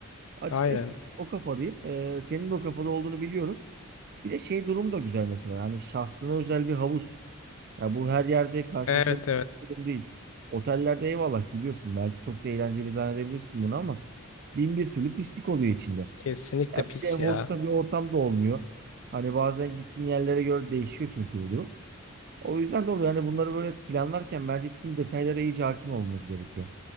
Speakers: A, on the right; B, on the left.
A: Açıkçası
B: aynen.
A: o kafadayım. E, senin de o kafada olduğunu biliyorum. Bir de şey durum da güzel mesela. Hani şahsına özel bir havuz. Ya bu her yerde karşılaşabileceğin
B: Evet evet
A: bir durum değil. Otellerde eyvallah gidiyorsun. Belki çok da eğlenceli zannedebilirsin bunu ama bin bir türlü pislik oluyor içinde.
B: kesinlikle
A: Ya
B: pis
A: bir de hoş
B: ya.
A: da bir ortam da olmuyor. Hani bazen gittiğin yerlere göre değişiyor çünkü bu durum. O yüzden de oluyor. Yani bunları böyle planlarken bence tüm detaylara iyice hakim olmamız gerekiyor.